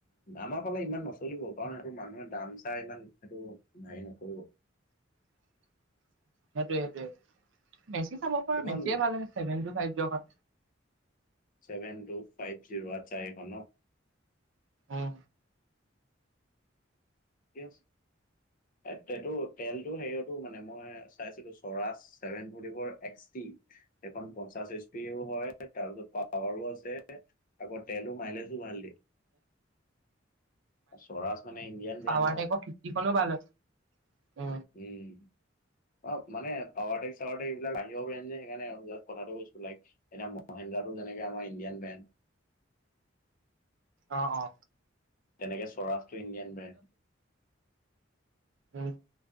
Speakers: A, on the left; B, on the right.
A: আমাৰ ফালে ইমান নচলিব পাৰ সেইটো মানুহে দাম চাই ইমান সেইটো হেৰি এক
B: <inaudible> সেইটোৱে-সেইটোৱে মেচি চাব প
A: এইখন
B: মেচিয় ভাল আভেন ফ কাৰ
A: ছেভেন টু ফাইভ জিৰ' আছো এখনো।
B: উম
A: আছে এই এইটো তেলটো হেৰিয়তো মানে মই চাই দিলোঁ চৰাচ চেভেন পৰিব এক্টি সেইখন পঞ্চাছ। পেও হয় তাৰপ পাৱাৰোঁ আছে। আকৌ তেলো মাইলেজো ভাল দিয়ে। সৰাজ মানে ইডিয়ান ব্ৰেন।
B: ততে আকৌ খিতিখনো ভাল হয় উ
A: উম। অ মানোৱাৰটক্ চাৱাৰ টে্ক বিিলাক আহিব পি যে সেইকাৰণে য কথাটো কৈছো লাইক এতিনে মহেন্দ্ৰান তেনেকে আাৰ ইণ্ডিয়ান বেণ্ড।
B: অ-অ
A: তেনেকে সৰাজটো ইণ্ডিয়ান ব্ৰেণ্ড।
B: উম।